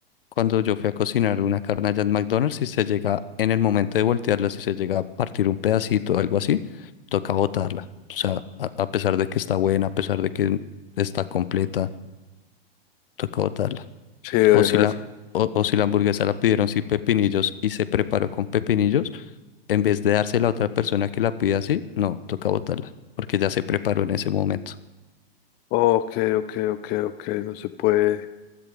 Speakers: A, on the left; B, on the left.
A: cuando yo fui a cocinar una carne allá en McDonald's, si se llega en el momento de voltearla, si se llega a partir un pedacito o algo así, toca botarla. O sea, a, a pesar de que está buena, a pesar de que está completa, toca botarla.
B: Sí, dejan.
A: O si la, o, o si la hamburguesa la pidieron sin pepinillos y se preparó con pepinillos, en vez de dársela a otra persona que la pida así, no, toca botarla, porque ya se preparó en ese momento.
B: Ok, ok, ok, ok, no se puede,